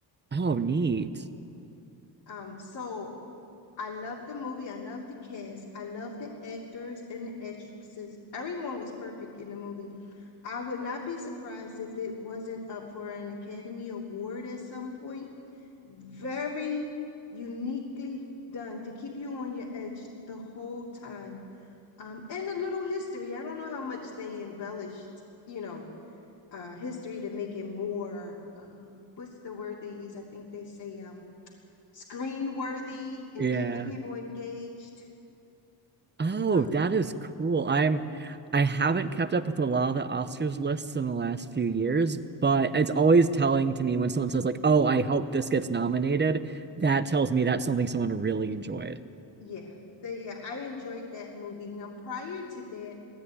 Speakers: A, on the right; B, on the left.
A: Oh, neat.
B: Um, so I love the movie. I love the cast. I love the actors and the actresses. Everyone was perfect in the movie. I would not be surprised if it wasn't up for an Academy Award at some point. Very uniquely done to keep you on your edge the whole time. Um, and a little history. I don't know how much they embellished, you know, uh, history to make it more. Uh, what's the word they use? I think they say um, screen worthy and
A: Yeah.
B: keep the people engaged.
A: Oh,
B: Uh,
A: that is cool. I'm I haven't kept up with a lot of the Oscars lists in the last few years, but it's always telling to me when someone says like, "Oh, I hope this gets nominated." That tells me that's something someone really enjoyed.
B: Yeah, they, yeah, I enjoyed that movie. Now, prior to that,